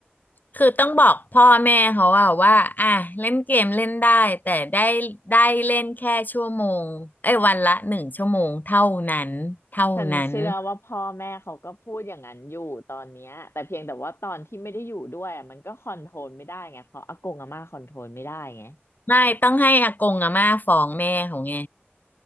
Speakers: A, on the left; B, on the left.
A: คือต้องบอกพ่อแม่เขาว่าว่าอ่ะเล่นเกมเล่นได้แต่ได้ได้เล่นแค่ชั่วโมงเอ้ยวันละหนึ่งชั่วโมงเท่านั้นเท่านั้น
B: ฉันเชื่อว่าพ่อแม่เขาก็พูดอย่างนั้นอยู่ตอนเนี้ยแต่เพียงแต่ว่าตอนที่ไม่ได้อยู่ด้วยอะมันก็คอนโทรลไม่ได้ไงเพราะอากงอาม่าคอนโทรลไม่ได้ไง
A: ไม่ต้องให้อากงอาม่าฟ้องแม่เขาไง